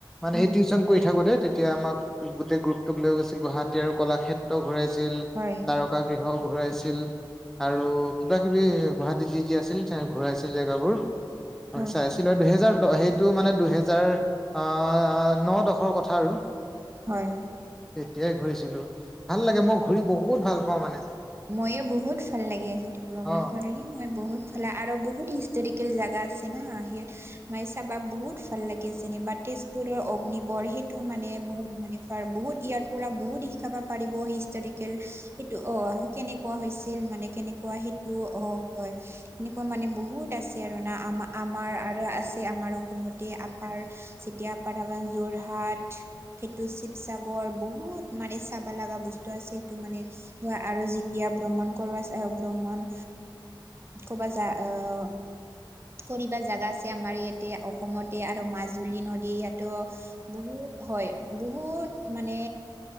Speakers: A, in the centre; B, on the right.
A: মানে
B: উম
A: সেই টিউচন কৰি থাকোতে তেতিয়া আমাক গোটেই গ্ৰুপটোক লৈ গৈছিল গুৱাহাটী আৰু কলাক্ষেত্ ত্ৰ ঘুৰাইছিল
B: হয়।
A: তাৰকা গৃহ ঘুৰাইছিল আৰু কিবা-কিবি গুৱাহাটীত কি কি আছিল তেওঁ ঘুৰাইছিল জেগাবোৰ।
B: হয়
A: আমি চাইছি ছিলে দুহেজাৰ দ সেইটো মানে দুহেজাৰ আঁ ন, দশৰ কথা আৰু।
B: হয়।
A: তেতিয়াই ঘুৰিছিলো। ভাল লাগে মই ঘুৰি বহুত ভাল পাওঁ মানে।
B: ময়ো বহুত ভাল লাগে, সেইটো ভ্ৰমণ
A: অ
B: কৰিলো মই বহুত। ফালে আৰু বহুত হিষ্টৰিকেল জাগা আছে না, মাই চাবা বহুত ভাল লাগে। যেনেবা তেজপুৰৰ অগ্নিবড়, সেইটো মানে বহুত মানে ফাৰ, বহুত ইয়াৰ পৰা বহুত শিকাব। পাৰিব হিষ্টৰিকেল, সেইটো অহ সেই কাৰণে কোৱা হৈছিল? মানে কেনেকুৱা সেইটো? অহ। হয় সেনেকুৱা মানে বহুত আছে আৰু না আম আমাৰ আৰু আছে আমাৰ অসমতে আপাৰ চ <unintelligible> তিয়া প্ৰাধান যোৰহাট সেইটো শিৱসাগৰ বহুত মানে চাব লগা বস্তু আছে সেইটো মানে আৰু যি ইয়া ব্ৰমণ কৰ আছে ব্ৰমণ কব যা আহ। ফুৰিবা জেগা আছে আমাৰ ইয়াতে অসমতে আৰু মাজুলী নদী ইয়াতো। বহুত। হয় বহুত মানে